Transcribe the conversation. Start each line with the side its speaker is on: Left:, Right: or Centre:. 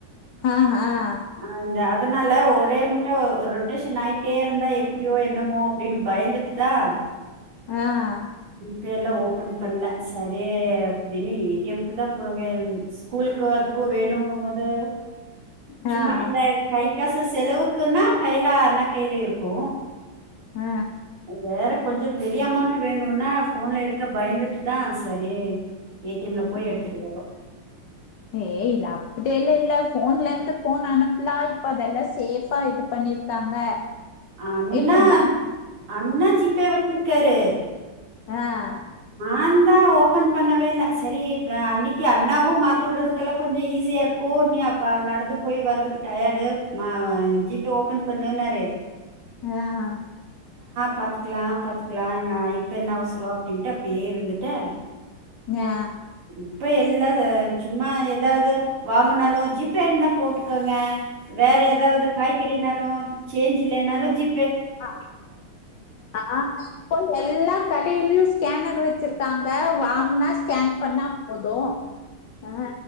Left: ஆஹ் அஹ்
Right: ஆ இந்த அதனால ஒரே முட்ட ரொட்டேஷன் ஆயிட்டே இருந்தா எப்டியோ என்னமோ அப்டின்னு பயந்துட்டுதான்
Left: ஆஹ்
Right: ஜி பேலா ஓபன் பண்ண சரி அப்டின்னு ஏ டி எம்குதா போவே ஸ்கூலுக்கோ அதுக்கோ வேணோம்கபோது
Left: ஆ
Right: சும்மா இந்த கை காசு செலவுக்குன்னா கைல அண்ணா கைல இருக்கு
Left: ஹ
Right: வேற கொஞ்சோ பெரிய அமௌண்ட் வேணுன்னா ஃபோன்ல எடுக்க பயந்துட்டுதா சரி ஏ டி எம்ல போய்
Left: ஆஹா.
Right: எடுத்துட்டு வரோ
Left: ஏய் இல்ல அப்டியெல்லா இல்ல போன்ல இருந்து போன் அனுப்புலா இப்ப அதெல்லா சேஃபா இது பண்ணிருக்காங்க
Right: அண்ணா
Left: இப்போ ப-
Right: அண்ணா ஜி பே வெச்சிருக்காரு
Left: ஆஹ்
Right: அந்தா ஓபன் பண்ணவே இல்ல செரி இப்ப அன்னிக்கு அண்ணாவோ மாத்தி விடுறதுக்கெல்லா கொஞ்சோ ஈஸியாயிருக்கோ நீ அப்ப நடந்து போய் வர்றதுக்கு டயர்டு ஜி பே ஓபன் பண்ணுன்னாரு
Left: ஆஹ் ஆஹ்
Right: பாத்துக்கலா பாத்துக்கலா நா இப்ப என்ன அவசரோம் அப்டின்டு அப்டியேயிருந்துட்டு
Left: ஞா
Right: இப்பயெல்லா சும்மா எதாவது வாங்குனாலோ ஜி பே இருந்தா போட்டுக்கோங்க வேற எதாவது காய்கறினாலோ சேஞ்சு இல்லைனாலோ ஜி
Left: ஆ ஆ இப்ப எல்லா கடையிலயு ஸ்கேனர் வச் வெச்சிருக்காங்க இப்ப வாங்குனா ஸ்கேன் பண்ணா போது ஆ